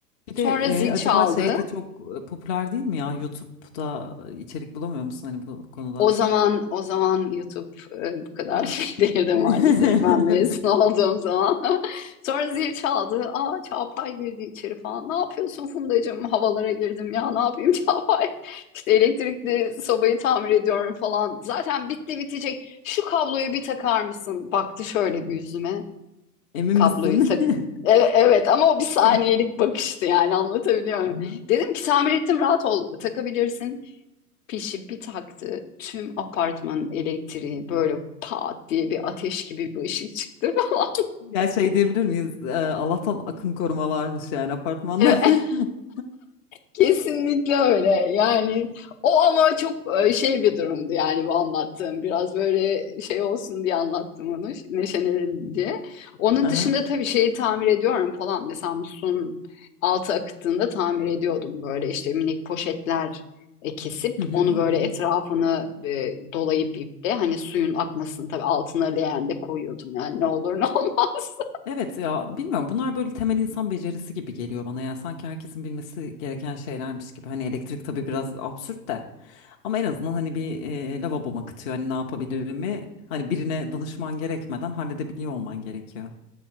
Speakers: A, on the left; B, on the left.
A: Bir
B: Sonra
A: de
B: zil
A: e, acaba
B: çaldı.
A: şey de çok e, popüler değil mi ya? YouTube'da e, içerik bulamıyor musun hani bu konuda?
B: O zaman o zaman YouTube e, bu kadar
A: Ha.
B: şey <laughs> değildi
A: <laughs>
B: maalesef. Ben mezun olduğum zaman. <laughs> Sonra zil çaldı. Aa Çağatay girdi içeri falan. Ne yapıyorsun Fundacığım? Havalara girdim ya. Ne yapayım <laughs> Çağatay? İşte elektrikli sobayı tamir ediyorum falan. Zaten bitti bitecek. Şu kabloyu bir takar mısın? Baktı şöyle bir yüzüme.
A: Emin
B: Kabloyu
A: misin?
B: tak. Evet, evet ama o bir saniyelik
A: <laughs>
B: bakıştı yani anlatabiliyor muyum?
A: Aha.
B: Dedim ki tamir ettim rahat ol takabilirsin. Pişi bir taktı tüm apartmanın elektriği böyle pat diye bir ateş gibi bir ışık çıktı falan.
A: Ya şey diyebilir miyiz? Ee, Allah'tan akım koruma varmış yani apartmanda.
B: <laughs> Evet,
A: <laughs>
B: Kesinlikle öyle. Yani o ama çok e, şey bir durumdu yani bu anlattığım. Biraz böyle şey olsun diye anlattım onu, neşelenelim diye. Onun
A: Aha.
B: dışında tabii şeyi tamir ediyorum falan. Mesela musluğun altı akıttığında tamir ediyordum. Böyle işte minik poşetler e, kesip
A: Hı hı,
B: onu
A: hı
B: böyle
A: hı.
B: etrafını e, dolayıp iple hani suyun akmasını tabii altına leğen de koyuyordum. Yani ne olur ne <laughs> olmaz.
A: Evet ya bilmiyorum bunlar böyle temel insan becerisi gibi geliyor bana ya sanki herkesin bilmesi gereken şeylermiş gibi hani elektrik tabii biraz absürt de ama en azından hani bir e, lavaboma kıtıyor hani ne yapabilirimi hani birine danışman gerekmeden halledebiliyor olman gerekiyor.